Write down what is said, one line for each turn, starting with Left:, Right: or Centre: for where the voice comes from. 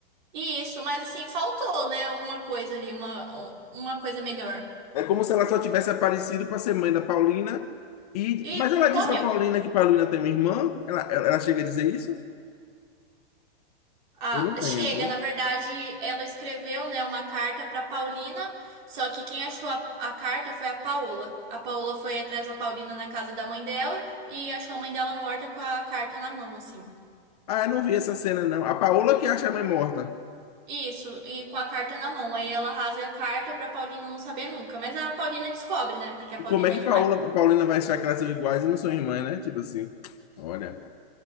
Right: E isso, mas assim, faltou, né? Alguma coisa ali, uma, uma coisa melhor.
Left: É como se ela só tivesse aparecido para ser mãe da Paulina. E...
Right: E
Left: Mas ela disse
Right: morreu.
Left: para Paulina que Paulina tem uma irmã? Ela, ela ela chega a dizer isso?
Right: Ah,
Left: Eu não
Right: chega,
Left: lembro.
Right: na verdade, ela escreveu, né, uma carta para Paulina, só que quem achou a, a carta foi a Paola. A Paola foi atrás da Paulina na casa da mãe dela e achou a mãe dela morta com a carta na mão, assim.
Left: Ah, eu não vi essa cena, não. A Paola que acha a mãe morta.
Right: Isso, e com a carta na mão. Aí ela rasga a carta pra Paulina não saber nunca. Mas a Paulina descobre, né? Porque a Paulina
Left: Como é que
Right: é demais.
Left: Paola, Paulina vai achar que elas são iguais e não são irmãs, né? Tipo assim. Olha.